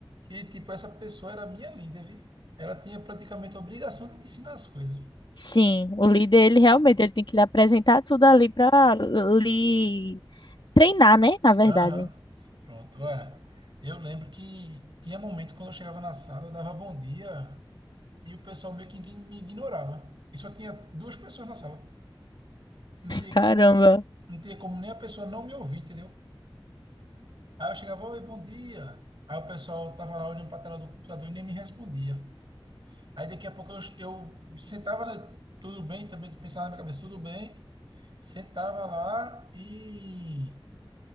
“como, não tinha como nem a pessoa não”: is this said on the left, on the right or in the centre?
Right